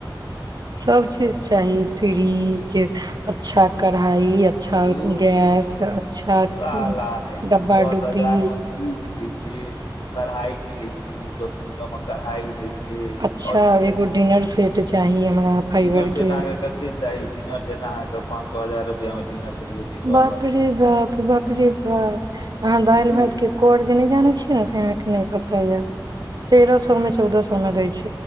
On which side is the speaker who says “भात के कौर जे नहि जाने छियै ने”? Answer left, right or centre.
Right